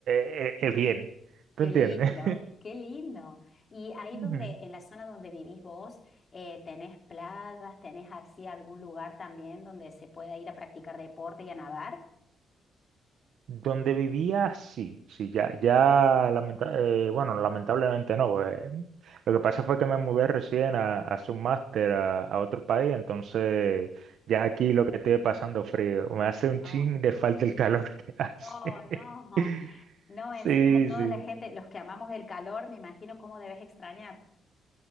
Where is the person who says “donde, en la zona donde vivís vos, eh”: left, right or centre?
Left